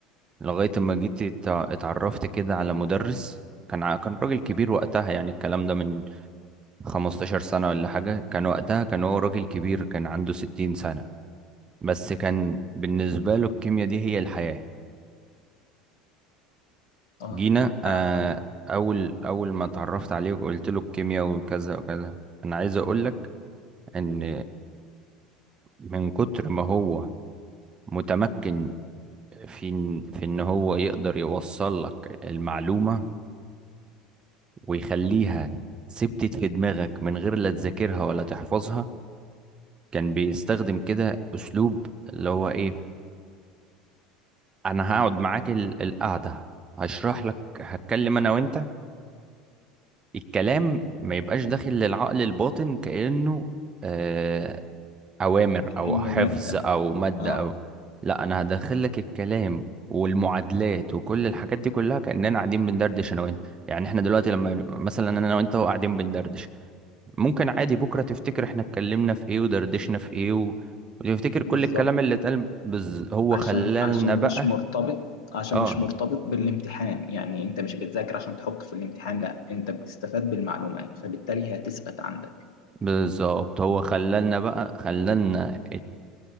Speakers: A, on the right (about 25°); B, on the left (about 60°).
A: لغايه ما جيت ات- اتعرفت كده على مدرس كان ع- كان راجل كبير وقتها يعني الكلام ده من 15 سنة ولا حاجة كان وقتها كان هو راجل كبير كان عنده 60 سنة بس كان بالنسبة له الكيمياء دي هي الحياة
B: اه
A: جينا
B: فحب
A: آه أول أول ما اتعرفت عليه وقلت له الكيمياء وكذا وكذا أنا عايز أقولك إن من كتر ما هو متمكن في إن- في إن هو يقدر يوصل لك المعلومة ويخليها ثبتت في دماغك من غير لا تذاكرها ولا تحفظها كان بيستخدم كده أسلوب اللي هو إيه أنا هقعد معاك ال- القعدة هشرح لك هتكلم أنا وأنت الكلام ما يبقاش داخل للعقل الباطن كأنه آه، أوامر
B: كأنه
A: أو حفظ
B: مادة
A: أو مادة
B: اه
A: أو لا أنا هدخل لك الكلام والمعادلات وكل الحاجات دي كلها كأننا قاعدين بندردش أنا وأنت يعني إحنا دلوقتي لما ن- مثلا أنا وأنت قاعدين بندردش ممكن عادي بكرة تفتكر إحنا اتكلمنا في إيه ودردشنا في إيه و... وتفتكر كل
B: بالظبط
A: الكلام اللي اتقال بز... هو
B: عشان
A: خلالنا
B: عشان
A: بقى
B: مش مرتبط عشان
A: آه
B: مش مرتبط بالامتحان يعني انت مش بتذاكر عشان تحط في الامتحان لا انت بتستفاد بالمعلومات فبالتالي هي هتثبت عندك
A: بالظبط هو خلالنا بقى خلالنا